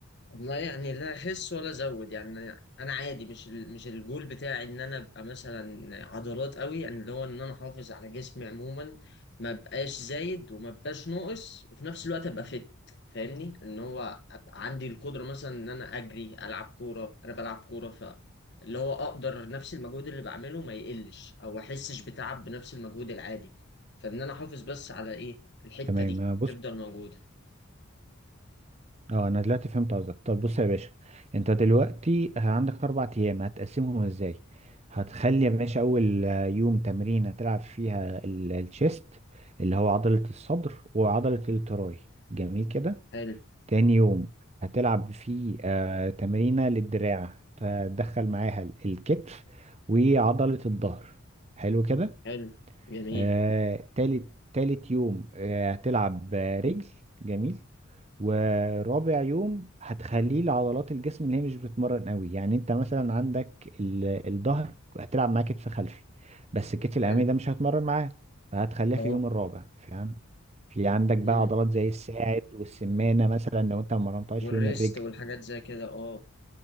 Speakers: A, on the left (about 55°); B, on the right (about 30°).
A: والله يعني لا اخس ولا ازود يعني انا عادي مش ال- مش الجول بتاعي ان انا ابقى مثلا عضلات قوي يعني اللي هو ان انا احافظ على جسمي عموما ما بقاش زايد وما بقاش ناقص وفي نفس الوقت ابقى فت فاهمني ان هو ابقى عندي القدره مثلا ان انا اجري العب كوره انا بلعب كوره ف اللي هو اقدر نفس المجهود اللي بعمله ما يقلش او احسش بتعب بنفس المجهود العادي فان انا احافظ بس على ايه الحته
B: تمام
A: دي
B: أنا بص
A: تفضل موجوده
B: أه أنا دلوقتي فهمت قصدك طب بص يا باشا أنت دلوقتي عندك أربع أيام هتقسمهم إزاي هتخلي يا باشا أول يوم تمرين هتلعب فيها ال- الشيست اللي هو عضلة الصدر وعضلة التراي جميل كده
A: حلو
B: تاني يوم هتلعب فيه آه تمرينة للدراع تدخل معاها ال- الكتف وعضلة الظهر حلو كده
A: حلو جميل
B: آه تالت تالت يوم آه هتلعب آه، رجل جميل ورابع يوم هتخليه لعضلات الجسم اللي هي مش بتتمرن قوي يعني انت مثلا عندك ال- الظهر هتلعب معاه كتف خلفي بس الكتف الامامي
A: حلو
B: ده مش هتمرن معاه فهتخليها
A: اه
B: في اليوم الرابع فهمت في عندك
A: مم.
B: بقى عضلات زي الساعد والسمانة مثلا لو انت ما مرنتهاش
A: والريست
B: في يوم الرجل
A: والحاجات زي كده اه